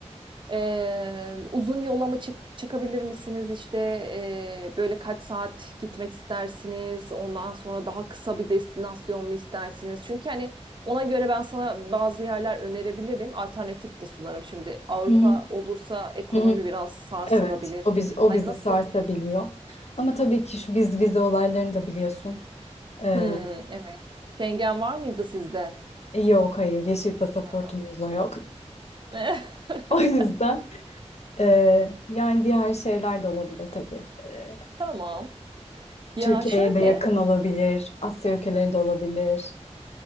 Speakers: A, on the right; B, on the left.
A: Eee, uzun yola mı çık çıkabilir misiniz? İşte eee, böyle kaç saat gitmek istersiniz? Ondan sonra daha kısa bir destinasyon mu istersiniz? Çünkü hani ona göre ben sana bazı yerler önerebilirim. Alternatif de sunarım. Şimdi Avrupa
B: hı hı,
A: olursa ekonomi
B: hı hı.
A: biraz sarsılabilir.
B: Evet, o biz o
A: Hani
B: bizi
A: nasıl?
B: sarsabiliyor. Ama tabii ki şu biz vize olaylarını da biliyorsun. Ee,
A: Hmm, evet. Schengen var mıydı sizde?
B: e, yok hayır, yeşil pasaportumuz
A: Ya.
B: da yok. <laughs>
A: <laughs>
B: O yüzden e, yani diğer şeyler de olabilir tabii. E,
A: Tamam. Ya
B: Türkiye'ye
A: şöyle.
B: de yakın olabilir, Asya ülkeleri de olabilir.